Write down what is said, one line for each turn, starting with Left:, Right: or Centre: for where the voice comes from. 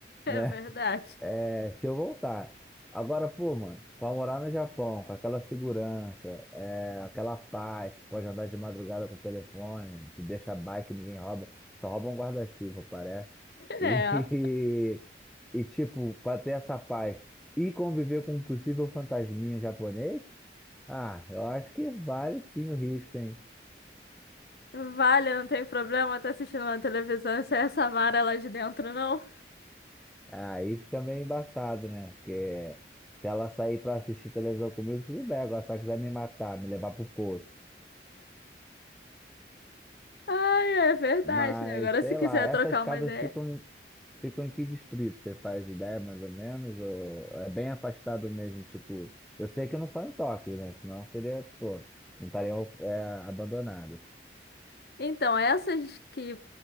Left: É
Centre: né?
Left: verdade.
Centre: É, se eu voltar. Agora, pô, mano, pra morar no Japão, com aquela segurança, é, aquela paz, tu pode andar de madrugada com o telefone, tu deixa a bike, ninguém rouba, só rouba um guarda-chuva, parece. E,
Left: É.
Centre: <laughs> e, tipo, pra ter essa paz e conviver com um possível fantasminha japonês, ah, eu acho que vale sim o risco, hein?
Left: Vale, não tem problema tá assistindo uma televisão sem essa Mara lá de dentro, não.
Centre: Aí fica meio embaçado, né? Porque se ela sair pra assistir televisão comigo, tudo bem, agora se ela quiser me matar, me levar pro poço.
Left: Ai, é verdade,
Centre: Mas,
Left: né? Agora,
Centre: sei
Left: se quiser
Centre: lá, essas
Left: trocar
Centre: casas
Left: uma ideia.
Centre: ficam em, ficam em que distrito? Você faz ideia, mais ou menos? Ou é bem afastado mesmo, tipo... Eu sei que eu não só em Tóquio, né? Senão seria, pô, não estariam é, abandonadas.
Left: Então, essas que